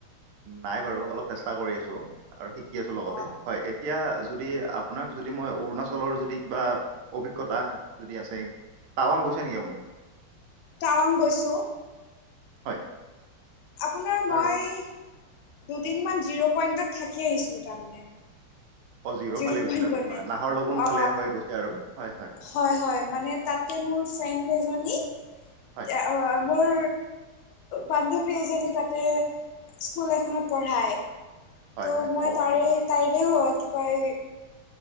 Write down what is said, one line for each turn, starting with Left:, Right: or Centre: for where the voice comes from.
Right: নাই বাৰু অলপ চেষ্টা কৰি আছো আৰু শিকি আছো
Left: অ
Right: লগতে হয় এই এতিয়া যদি আপোনাক যদি মই অৰুণাচলৰ যদি কিবা অভিজ্ঞতা যদি আছে টাৱাং গৈছে নেকি আপুনি?
Left: টাৱাং গৈছো
Right: হয়
Left: আপোনাৰ মই
Right: আৰু
Left: দুদিনমান জিৰ' পইণ্টত থাকি আহিছিলো তাৰমানে।
Right: অ জিৰৰ
Left: জিৰ'
Right: ফালে গৈছিলে
Left: পইন্ট
Right: আপুনি
Left: গ'লে
Right: মানে নাহৰ লগন
Left: অ
Right: ফালে হৈ গৈছে আৰু হয় হয়
Left: হয় হয় মানে তাতে মোৰ ফ্ৰেণ্ড এজনী এতিয়া
Right: হয়
Left: অ মোৰ বান্ধৱী এজনী তাতে স্কুল এখনত পঢ়ায়
Right: হয়
Left: ত'
Right: হয়
Left: মই
Right: অ
Left: তাৰে
Right: অ
Left: তাইৰে হ কি কয়